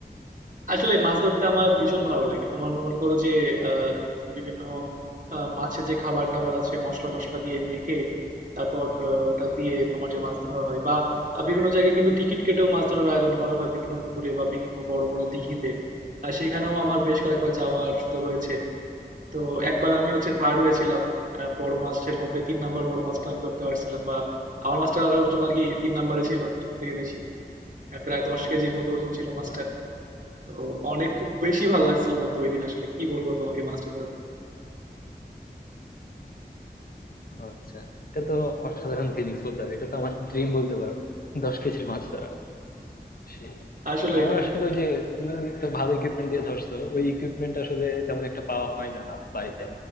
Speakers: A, on the right; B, on the left.
A: আসলে মাছ ধরতে আমার ভীষণ ভালো লাগে তোমার মনে করো যে আহ, বিভিন্ন আহ, মাছের যে খাবার টাবার আছে মশলা টশলা দিয়ে মেখে তারপর আহ,
B: হুম,
A: ওটা দিয়ে
B: হুম,
A: তোমার যে মাছ ধরা হয় বা আহ, বিভিন্ন জায়গায় কিন্তু টিকিট কেটেও মাছ ধরার আয়োজন করা হয় বিভিন্ন পুকুরে বা বিভিন্ন বড় বড় দিঘিতে আহ, সেখানেও আমার বেশ কয়েকবার যাওয়ার সুযোগ হয়েছে তো একবার আমি হচ্ছে থার্ড হয়েছিলাম আহ,
B: হুম,
A: বড় মাছের মধ্যে তিন নাম্বার বড় মাছটা আমি ধরতে পারছিলাম বা আমার মাছটার ওজন আর কি তিন নাম্বারে ছিল সব থেকে বেশি আহ, প্রায় দশ কেজির মতো ওজন ছিল মাছটা
B: বাহ
A: তো অনেক খুব বেশি ভালো লাগছিল বন্ধু ওই দিন আসলে কি বলবো তোমাকে মাছটা ধর
B: আচ্ছা এটা তো অসাধারণ ফিলিংস বলতে পারো এটা তো আমার ড্রিম বলতে পারো দশ কেজির মাছ ধরা সেই
A: আসলেই
B: আমার
A: বন্ধু
B: আসলে
A: এটা
B: ওই যে তুমি তো ভালো ইকুইপমেন্ট দিয়ে ধরছো ওই ইকুইপমেন্ট আসলে তেমন একটা পাওয়া হয় না বাড়িতে